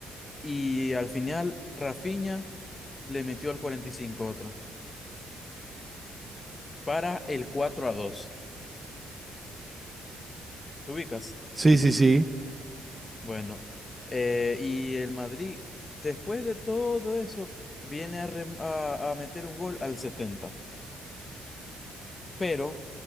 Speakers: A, on the left; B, on the right.
A: Y al final, Rafinha le metió al 45 otro, para el cuatro a dos ¿Te ubicas?
B: sí, sí, sí.
A: Bueno, eh, y el Madrid, después de todo eso, viene a, rem- a, a meter un gol al setenta pero